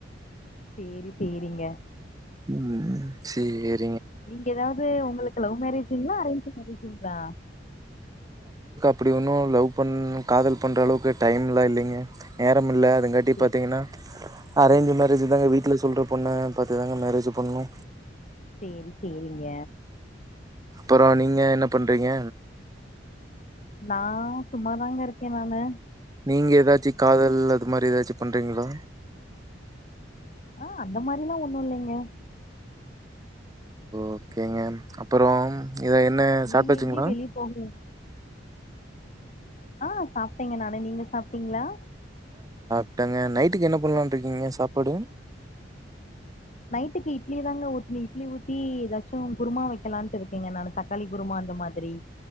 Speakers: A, on the left; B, on the right.
A: சேரி சேரிங்க
B: ம் சேரி
A: நீங்க எதாவது உங்களுக்கு லவ் மேரேஜ் ங்களா அரேஞ் மேரேஜிங்ளா
B: அப்டி ஒன்ன லவ் பண் காதல் பண்றளவுக்கு டைம்லா இல்லிங்க நேரமில்ல எதுங்காட்டி
A: சே
B: பாத்தீங்கனா அரேஞ்ச் மேரேஜ் தாங்க வீட்ல சொல்ற பொண்ண பாத்து தாங்க மேரேஜ் பண்ணு
A: சேரி சேரிங்க
B: அப்பறோ நீங்க என்ன பண்றீங்க
A: நா சும்மாாதாங்க இருக்கே நானு
B: நீங்க ஏதாச்சு காதல் அந்த மாரி ஏதாச்சும் பண்றீங்களா
A: ஆ அந்த மாரிலா ஒண்ணும் இல்லைங்க
B: ஓகேங்க அப்பறோ இத என்ன
A: நீங்க
B: சாப்டச்சுங்களா
A: எங்கேயு வெளிய போகல ஆ சாப்பிட்டேங்க நானு நீங்க சாப்டிங்ளா
B: ட்டாங்க நைட்டுக்கு என்ன பண்ணலா இருக்கீங்க சாப்பாடு
A: நைட்டுக்கு இட்லி தாங்க ஊற்ற இட்லி ஊத்தி ஏதாச்சும் குருமா வைக்கலான்ட்டு இருக்கேங்க நான தக்காளி குருமா அந்த மாதிரி